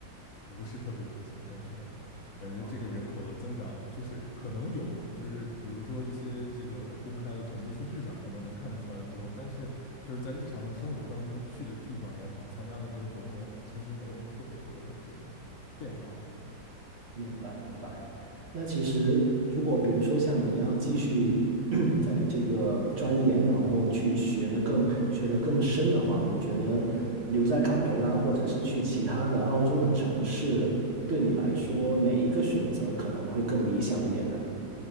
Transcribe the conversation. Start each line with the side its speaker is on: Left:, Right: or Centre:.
Left: 不是特别明显，感觉啊，感觉这个人口的增长就是可能有，
Right: 哦，
Left: 就是比如说一些这个公开的统计数据上可能能看得出来多，但是就是在日常的生活当中去的地方也好，参加的这些活动也好，其实没有特别多的这个变化。
Right: 明白明白。那其实，如果比如说像你要继续 <clears throat> 在你这个专业，然后去学的更学的更深的话，你觉得留在堪培拉，或者是去其他的澳洲的城市，对你来说哪一个选择可能会更理想一点呢？